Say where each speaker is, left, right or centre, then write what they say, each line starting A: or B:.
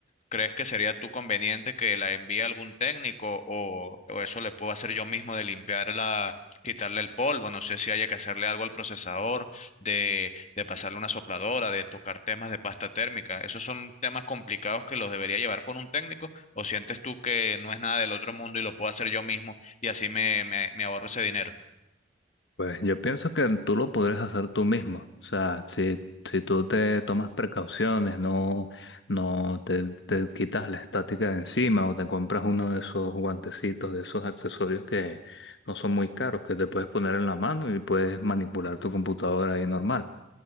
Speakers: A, on the left; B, on the left.
A: ¿Crees que sería tú conveniente que la envíe algún técnico o, o eso le puedo hacer yo mismo de limpiarla, quitarle el polvo? No sé si haya que hacerle algo al procesador, de, de pasarle una sopladora, de tocar temas de pasta térmica. Esos son temas complicados que los debería llevar con un técnico o sientes tú que no es nada del otro mundo y lo puedo hacer yo mismo y así me, me, me ahorro ese dinero.
B: Pues yo pienso que tú lo podrías hacer tú mismo. O sea, si, si tú te tomas precauciones, no, no te, te quitas la estática de encima o te compras uno de esos guantecitos, de esos accesorios que no son muy caros, que te puedes poner en la mano y puedes manipular tu computadora ahí normal.